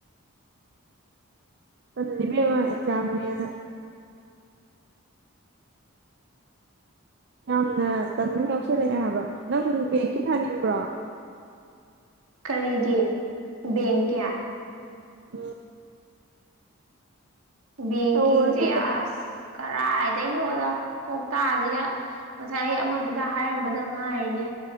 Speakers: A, on the right; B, on the right.
A: ꯇꯜꯂꯤ ꯏꯕꯦꯝꯃꯥ ꯑꯦꯛꯖꯥꯝꯅꯦꯅ ꯌꯥꯝꯅ ꯇꯟꯕ ꯑꯝ ꯌꯥꯎꯁꯜꯂꯛꯑꯦ ꯍꯥꯏꯕ ꯅꯪ ꯕꯦꯡꯀꯤ ꯊꯥꯅꯤꯡꯕ꯭ꯔꯣ
B: ꯀꯔꯤꯒꯤ ꯕꯦꯡꯀꯤ
A: ꯎꯝ
B: ꯕꯦꯡꯀꯤꯖꯦ
A: ꯇꯧꯔꯅꯨꯗ
B: ꯑꯥꯁ ꯀꯔꯥꯏꯗꯩꯅꯣꯗ ꯀꯣꯛꯇꯥꯖꯤꯒ ꯉꯁꯥꯏ ꯑꯩ ꯑꯃꯥꯗꯨꯗ ꯍꯥꯏꯔꯝꯕꯗ ꯉꯥꯏꯅꯦ